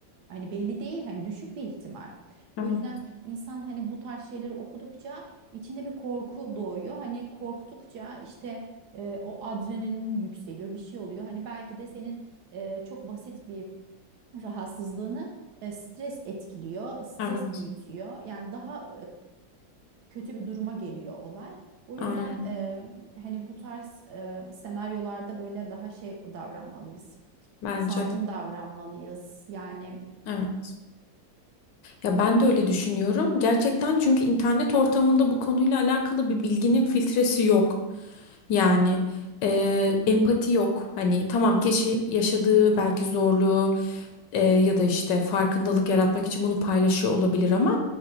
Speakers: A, on the right (about 70°); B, on the left (about 75°).
A: hani belli değil hani düşük bir ihtimal. O
B: Evet.
A: yüzden insan hani bu tarz şeyleri okudukça içinde bir korku doğuyor. Hani korktukça işte e, o adrenalin yükseliyor, bir şey oluyor. Hani belki de senin e, çok basit bir rahatsızlığını e, stres etkiliyor, stres
B: Evet,
A: büyütüyor. Yani daha kötü bir duruma geliyor olay. O
B: aynen.
A: yüzden e, hani bu tarz e, senaryolarda böyle daha şey davranmalıyız.
B: Bence
A: Sakin
B: de.
A: davranmalıyız. Yani
B: Evet. Ya ben de öyle düşünüyorum. Gerçekten çünkü internet ortamında bu konuyla alakalı bir bilginin filtresi yok. Yani e, empati yok. Hani tamam kişi yaşadığı belki zorluğu e, ya da işte farkındalık yaratmak için bunu paylaşıyor olabilir ama